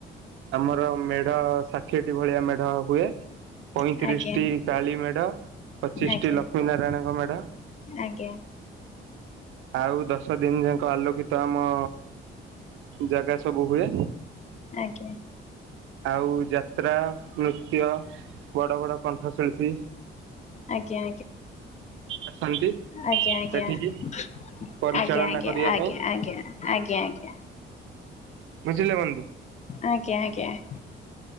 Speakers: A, on the right; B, on the left.
A: ଆମର ମେଢ ଷାଠିଏଟି ଭଳିଆ ମେଢ ହୁଏ। ପଇଁତିରିଶ
B: ଆଜ୍ଞା
A: ଟି କାଳୀ ମେଢ ପଚିଶି
B: ଆଜ୍ଞା
A: ଟି ଲକ୍ଷ୍ମୀ ନାରାୟଣଙ୍କ ମେଢ।
B: ଆଜ୍ଞା।
A: ଆଉ ଦଶ ଦିନି ଯାକ ଆଲୋକିତ ଆମ ଜାଗା ସବୁ ହୁଏ।
B: ଆଜ୍ଞା।
A: ଆଉ ଯାତ୍ରା, ନୃତ୍ୟ ବଡ, ବଡ କଣ୍ଠ ଶିଳ୍ପୀ।
B: ଆଜ୍ଞା,
A: ଆସନ୍ତି
B: ଆଜ୍ଞା, ଆଜ୍ଞା,
A: ଏଠିକି
B: ଆଜ୍ଞା।
A: ପରିଚାଳନା
B: ଆଜ୍ଞା, ଆଜ୍ଞା, ଆଜ୍ଞା,
A: କରିବା
B: ଆଜ୍ଞା,
A: ପାଇଁ
B: ଆଜ୍ଞା, ଆଜ୍ଞା।
A: ବୁଝିଲେ ବନ୍ଧୁ।
B: ଆଜ୍ଞା, ଆଜ୍ଞା ଆ।